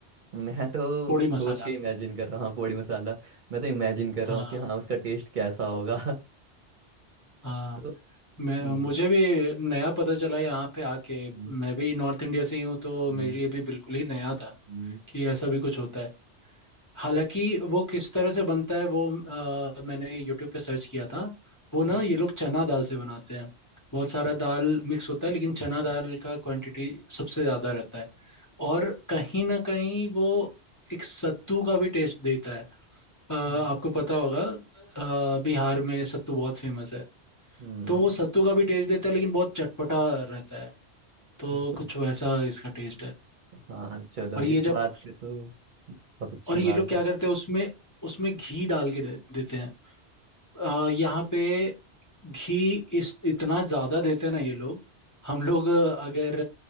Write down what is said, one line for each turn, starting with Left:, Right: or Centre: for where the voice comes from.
Right: मैं तो
Left: पोड़ी मसाला
Right: सोच के इमेजिन कर रहा हूँ हाँ, पोड़ी मसाला मैं तो इमेजिन कर
Left: हाँ
Right: रहा हूँ कि हाँ उसका टेस्ट कैसा होगा <laughs>
Left: हाँ
Right: तो
Left: मैं
Right: हम्म
Left: मुझे भी नया पता चला यहाँ पे आके
Right: हम्म
Left: मैं भी नॉर्थ इंडिया से ही हूँ तो
Right: हम्म
Left: मेरे लिए भी बिल्कुल ही नया था
Right: हम्म
Left: कि ऐसा भी कुछ होता है हालांकि वो किस तरह से बनता है वो अ, मैंने यूट्यूब पे सर्च किया था वो
Right: हम्म,
Left: ना ये लोग चना दाल से बनाते हैं बहुत सारा
Right: हम्म,
Left: दाल मिक्स होता है लेकिन
Right: हम्म,
Left: चना दाल का क्वांटिटी सबसे ज़्यादा रहता है और कहीं ना कहीं वो एक सत्तू का भी टेस्ट देता है अ, आपको
Right: हम्म,
Left: पता होगा अ, बिहार में सत्तू बहुत फेमस है
Right: हम्म,
Left: तो वो सत्तू का भी टेस्ट देता है लेकिन बहुत चटपटा रहता है तो
Right: तो फिर-
Left: कुछ वैसा इसका टेस्ट है
Right: हाँ चलो
Left: और ये
Right: इस
Left: जब
Right: बात पे तो बहुत अच्छी
Left: और ये
Right: बात
Left: लोग क्या
Right: है
Left: करते हैं उसमें उसमें घी डाल के दे, देते हैं अ, यहाँ पे घी इस इतना ज्यादा देते हैं ना ये लोग हम लोग अ, अगर